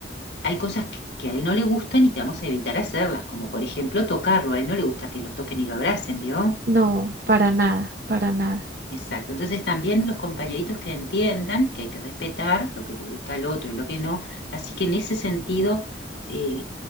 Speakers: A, on the left (about 65°); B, on the right (about 55°).
A: hay cosas que, que a él no le gustan y que vamos a evitar hacerlas, como por ejemplo tocarlo. A él no le gusta que lo toquen y lo abracen, ¿vio?
B: No, para nada, para nada.
A: Exacto. Entonces también los compañeritos que entiendan que hay que respetar lo que le gusta al otro y lo que no. Así que en ese sentido, eh,